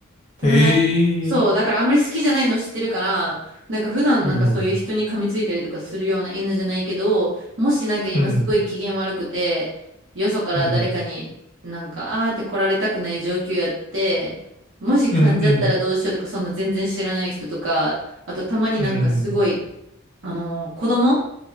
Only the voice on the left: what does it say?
え、へえ、
うん、
うん、
うん、
うん、うん、
うん、